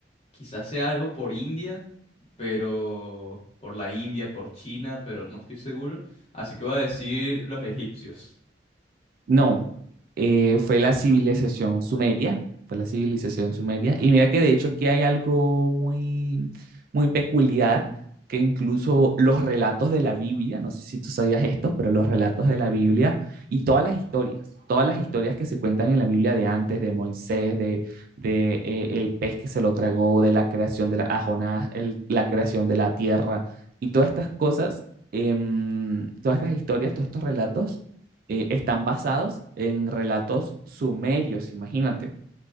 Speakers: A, on the left; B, on the right.
A: Quizás sea algo por India, pero por la India, por China, pero no estoy seguro. Así que voy a decir los egipcios.
B: No, eh, fue la civilización sumeria, fue la civilización sumeria. Y mira que de hecho aquí hay algo muy, muy peculiar, que incluso los relatos de la Biblia, no sé si tú sabías esto, pero los relatos de la Biblia y todas las historias, todas las historias que se cuentan en la Biblia de antes, de Moisés, de, de eh, el pez que se lo tragó, de la creación de la a Jonás, el- la creación de la tierra y todas estas cosas. em, todas estas historias, todos estos relatos eh, están basados en relatos sumerios, imagínate.